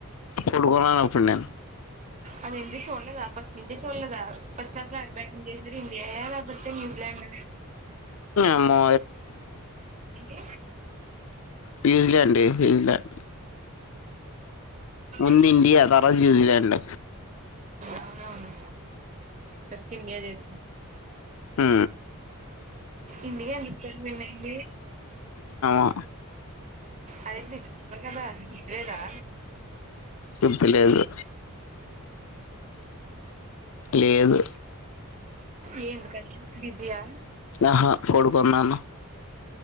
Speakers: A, on the left; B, on the right.
A: పడుకున్నాను అప్పుడు నేను
B: అదంటి చూడలేదా ఫస్ట్ నుంచి చూడలేదా ఫస్ట్ కలాస్లో ఎరు బ్యాటింగ్ చేసారు ఇండియా ఎలా పడితే న్యూజిలాండ్
A: అమ్మో
B: ఏంటి
A: న్యూజిలాండ్ న్యూజిలాండ్ ముందు
B: ఉమ్
A: ఇండియా తర్వాత న్యూజిలాండ్
B: అవునవును ఫస్ట్ ఇండియా చేసి
A: ఆ
B: ఇండియా ఎందుకు విన్ అయింది
A: ఆ
B: అదేంటి నీకుప్ప కదా గుదిలేదా
A: గుర్తు లేదు లేదు
B: ఏ ఎందుకని బిజీయా
A: ఆహా పోడుకున్నాను